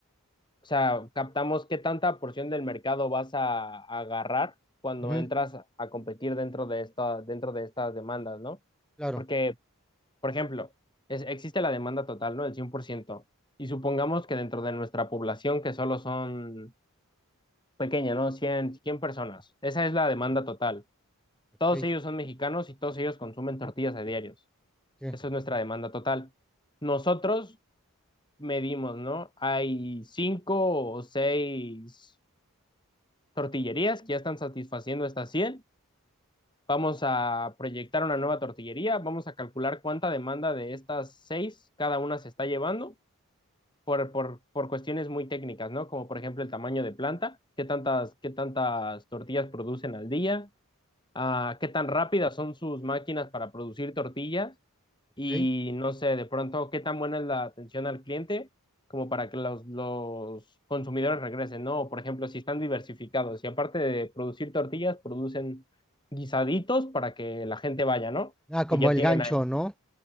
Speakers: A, on the left; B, in the centre.
A: sea, captamos qué tanta porción del mercado vas a, a agarrar cuando
B: Ujú,
A: entras a competir dentro de esta, dentro de estas demandas, ¿no?
B: claro,
A: Porque Por ejemplo, es- existe la demanda total, ¿no? El cien por ciento Y supongamos que dentro de nuestra población, que solo son pequeña, ¿no? cien cien personas. Esa es la demanda total.
B: ok,
A: Todos ellos son mexicanos y todos ellos consumen tortillas a diarios.
B: sí,
A: Esa es nuestra demanda total. Nosotros medimos, ¿no? Hay cinco o seis tortillerías que ya están satisfaciendo estas cien Vamos a proyectar una nueva tortillería, vamos a calcular cuánta demanda de estas seis cada una se está llevando por, por, por cuestiones muy técnicas, ¿no? Como por ejemplo el tamaño de planta, qué tantas, qué tantas tortillas producen al día, ah, qué tan rápidas son sus máquinas para producir tortillas
B: ok.
A: y no sé, de pronto, qué tan buena es la atención al cliente como para que los, los consumidores regresen, ¿no? O, Por ejemplo, si están diversificados y aparte de producir tortillas, producen guisaditos para que la gente vaya, ¿no?
B: Ah, como
A: Y ya
B: el
A: tienen
B: gancho,
A: ahí,
B: ¿no?